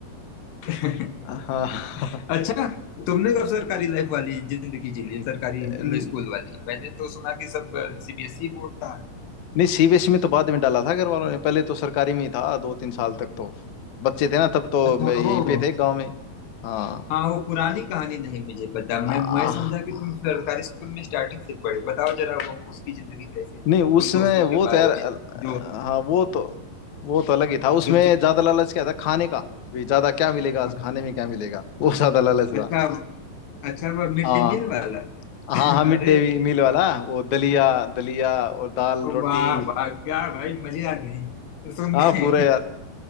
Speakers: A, on the left; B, on the left.
A: <laughs>
B: हाँ <laughs>
A: अच्छा तुमने कब सरकारी लाइफ वाली जिंदगी जी ली सरकारी मतलब
B: न-
A: स्कूल वाली मैंने तो सुना कि सब सीबीएसई बोर्ड था
B: नहीं सीबीएसई में तो बाद में डाला था घर वालों ने पहले तो सरकारी में ही था दो तीन साल तक तो बच्चे थे ना तब तो
A: अच्छा
B: मैं यहीं
A: ओ
B: पे थे गांव में हाँ
A: हाँ वो पुरानी कहानी नहीं मुझे पता
B: आ,
A: मैं मैं समझा कि तुम सरकारी स्कूल में स्टार्टिंग से पढ़े बताओ जरा वो उसकी जिंदगी कैसी थी
B: नहीं उसमें
A: उन दोस्तों
B: वो
A: के बारे
B: तो यार अल-
A: में जो
B: हाँ वो तो वो तो अलग ही था उसमें
A: जो चुप-
B: ज्यादा लालच क्या था खाने का भी ज्यादा क्या मिलेगा आज
A: हाँ,
B: खाने में क्या मिलेगा वो ज्यादा लालच था
A: अच्छा अच्छा वह मिड
B: हाँ,
A: डे मील वाला
B: हाँ
A: <laughs>
B: हाँ मिड
A: अरे
B: डे मील वाला वो दलिया दलिया और दाल रोटी
A: वाह वाह क्या भाई मजे आ गए तो सुन
B: हाँ
A: के
B: पूरा यार